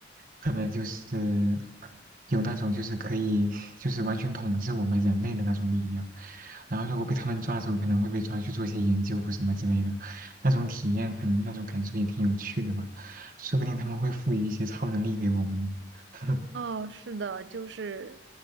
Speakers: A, on the right; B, on the right.
A: 可能就是有那种就是可以就是完全统治我们人类的那种力量，然后如果被他们抓走，可能会被抓去做一些研究或什么之类的，那种体验可能那种感受也挺有趣的吧，说不定他们会赋予一些超能力给我们呢。<laughs>
B: 哦，是的，就是，